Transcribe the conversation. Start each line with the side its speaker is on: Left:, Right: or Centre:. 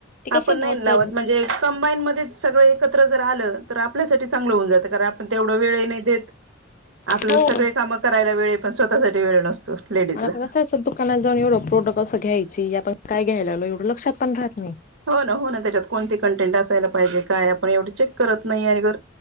Left: ते
Right: आपण
Left: कसं
Right: नाही
Left: भाव
Right: नां लावत म्हणजे कंबाईन मध्येच सगळं एकत्र जर आलं तर आपल्यासाठी चांगलं होऊन जातं कारण आ पण तेवढा वेळही नाही देत आपल्याला
Left: हो
Right: सगळे कामं करायला वेळयं पण स्वतःसाठी वेळ नसतो. लेडीजला
Left: आन् आपलं <unintelligible> दुकानात जाऊन एवढं प्रोडक्ट असं घ्यायची आपण काय घ्यायला आलो एवढं लक्षात पण राहत नायी.
Right: हों नां हों नां त्याच्यात कोणती कंटेंट असायला पाहिजे काय आपण एवढं चेक करत नाही आणि घर